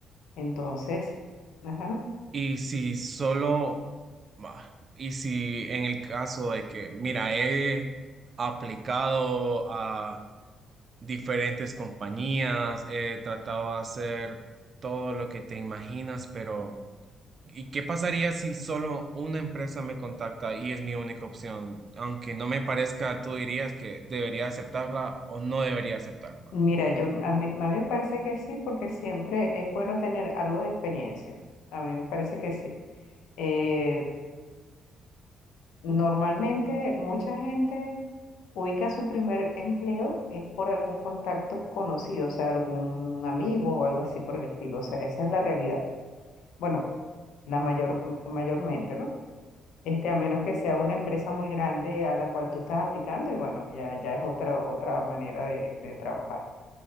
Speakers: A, on the left; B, on the right.
A: Entonces, ajá.
B: Y si solo, bah, y si en el caso de que, mira, he aplicado a diferentes compañías, he tratado de hacer todo lo que te imaginas, pero ¿y qué pasaría si solo una empresa me contacta y es mi única opción? Aunque no me parezca, tú dirías que debería aceptarla o no debería aceptarla.
A: Mira, yo, a mí, a mí me parece que sí, porque siempre es bueno tener algo de experiencia. A mí me parece que sí. Eh, normalmente mucha gente ubica su primer empleo es por algún contacto conocido, o sea, algún amigo o algo así por el estilo. O sea, esa es la realidad. Bueno, la mayor, mayormente, ¿no? Este, a menos que sea una empresa muy grande a la cual tú estás aplicando y bueno, ya, ya es otra, otra manera de de trabajar.